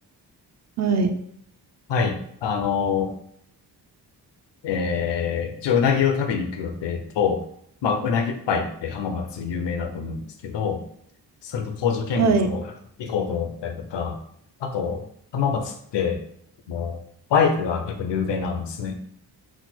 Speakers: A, on the right; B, on the left.
A: はい。
B: はい。あの、えー、一応うなぎを食べに行く予定と、まあ、うなぎパイって浜松有名だと思うんですけど、それと工場見学を行こうと思ったりとか、
A: はい。
B: あと、浜松って、もう、バイクが結構有名なんですね。